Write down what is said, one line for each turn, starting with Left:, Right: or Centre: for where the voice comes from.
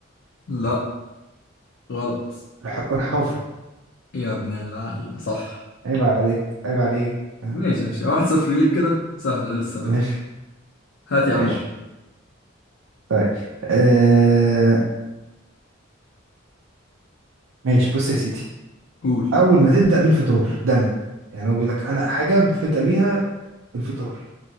Left: لا غلط
Right: الح... الحفرة
Left: يا ابن اللعيبة صح
Right: عيب عليك عيب عليك آه،
Left: ماشي ماشي واحد صفر ليك كده سهلة لسه بدري
Right: ماشي
Left: هات يا عم
Right: ماشي
Left: واحد
Right: طيب آه... ماشي بص يا سيدي
Left: قول
Right: أول ما تبدأ بالفطار ده أنا يعني هو بيقول لك أنا حاجة بتبدأ بيها الفطار